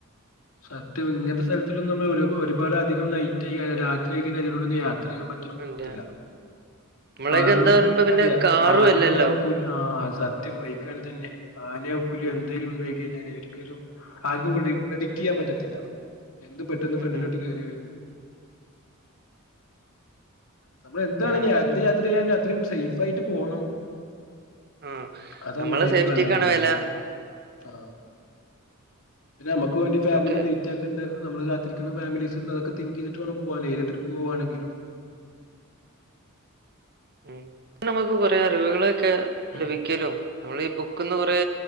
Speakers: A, on the left (about 80°); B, on the right (about 50°).
A: സത്യം, ഇങ്ങൻത്തെ സ്ഥലത്തൊന്നും നമ്മള് ഒരു പൊ ഒരുപാ ഒരുപാട് അധികം നൈറ്റ് ആയി കയിഞ്ഞാ രാത്രി ആയി കഴിഞ്ഞാ അതിലൂടെ ഒന്നും യാത്ര ചെയ്യാൻ പറ്റാ പറ്റത്തില്ല
B: പിന്നെ നമ്മളെയൊക്കെ
A: കാര്ണം
B: എന്താ പറയുമ്പോ പിന്നെ
A: അയ
B: കാറും
A: ആനണ്ടാവും
B: അല്ലല്ലോ
A: പുലി ആഹ് സത്യം ബൈക്കാണേ തെന്നെ ആനയോ പുലിയോ
B: ഉം,
A: എന്തേലും ഇണ്ടായി കഴിഞ്ഞാല് ഒര് ക്കലും ആർക്കും പ്രഡി പ്രഡിക്ട് ചെയ്യാൻ പറ്റത്തില്ല എന്തും പെട്ടെന്ന്
B: ഉം,
A: ഫ്രണ്ടിലോട്ട്
B: ഉം.
A: കേറി വരും നമ്മള് എന്താണേലിലും
B: ആ,
A: എന്ത് യാത്ര ചെയ്യാനേലും അത്രയും സേഫ് ആയിട്ട് പോണം
B: ആ.
A: അതാ
B: നമ്മളെ
A: മെയിനായിട്ട്
B: സേഫ്റ്റിക്കാണ്
A: പറയാള്ളത്
B: വില
A: ആഹ് പിന്നെ നമ്മുക്കു വേണ്ടി ഫാമിലി
B: ബ്രോക്ക്
A: വെയ് റ്റാക്ക്ണ്ട് നമ്മളെ കാത്തിരിക്കുന്ന ഫാമിലീസ്‌ണ്ട് അതൊക്കെ തിങ്കെയ്തിട്ട് വേണം പോകാന്. ഏത് ട്രിപ്പ് പോവാണെങ്കിലും
B: ഉം നമ്മുക്ക് കുറെ അറിവുകളൊക്കെ
A: ഉം
B: ലഭിക്കലും നമ്മള് ഈ ബുക്ക്ന്ന് കൊറേ